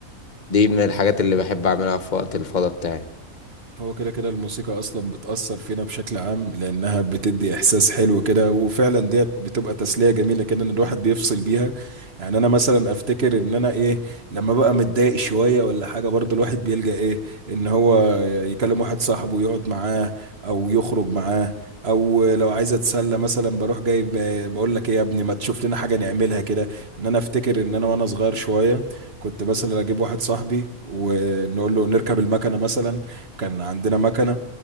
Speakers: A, on the left (about 35°); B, on the right (about 45°).
A: دي من الحاجات اللي بحب أعملها في وقت الفضا بتاعي
B: هو كده كده الموسيقى اصلا بتأثر فينا بشكل عام لانها بتدي احساس حلو كده وفعلا ديت بتبقى تسلية جميلة كده ان الواحد بيفصل بيها يعني انا مثلا افتكر ان انا ايه لما بقى متضايق شوية ولا حاجة برضو الواحد بيلجأ ايه ان هو يكلم واحد صاحبه ويقعد معاه او يخرج معاه او لو عايز اتسلى مثلا بروح جايب بقول لك ايه يا ابني ما تشوف لنا حاجة نعملها كده ان انا افتكر ان انا وانا صغير شوية كنت مثلا اجيب واحد صاحبي ونقول له نركب المكنة مثلا كان عندنا مكنة